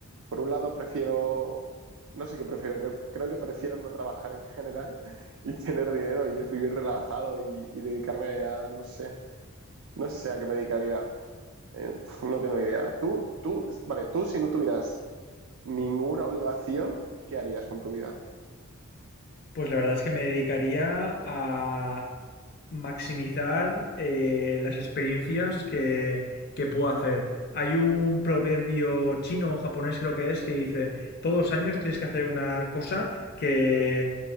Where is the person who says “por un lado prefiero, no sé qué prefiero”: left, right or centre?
Right